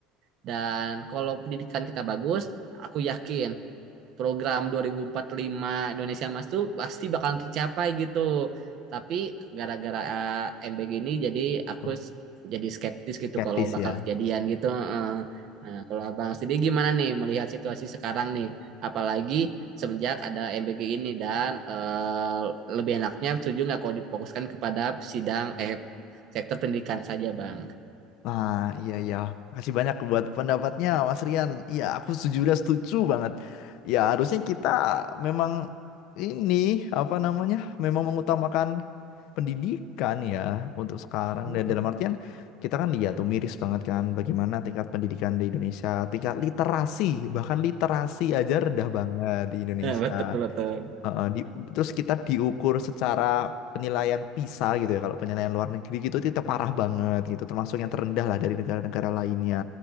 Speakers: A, on the right (about 55°); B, on the left (about 65°).
A: Dan kalau pendidikan kita bagus, aku yakin program 2045 Indonesia Emas tuh pasti bakal tercapai gitu. Tapi gara-gara eh, MBG ini jadi aku
B: Betul.
A: s- jadi skeptis gitu
B: Skeptis
A: kalau bakal
B: ya.
A: kejadian gitu. eh. Nah, kalau Abang sendiri gimana nih melihat situasi sekarang nih? Apalagi semenjak ada MBG ini dan eh, lebih enaknya setuju nggak kalau difokuskan kepada sidang eh sektor pendidikan saja, Bang.
B: Nah, iya iya. Makasih banyak buat pendapatnya, Mas Rian. Iya, aku sejujurnya setuju banget. Ya, harusnya kita memang ini apa namanya? Memang mengutamakan pendidikan ya untuk sekarang
A: Mm-mm.
B: dan dalam artian kita kan lihat tuh miris banget kan bagaimana tingkat pendidikan di Indonesia, tingkat literasi, bahkan literasi aja rendah banget di Indonesia.
A: Ya, betul betul.
B: Heeh, di- terus kita diukur secara penilaian PISA gitu ya. Kalau penilaian luar negeri gitu itu kita parah banget gitu. Termasuk yang terendah lah dari negara-negara lainnya.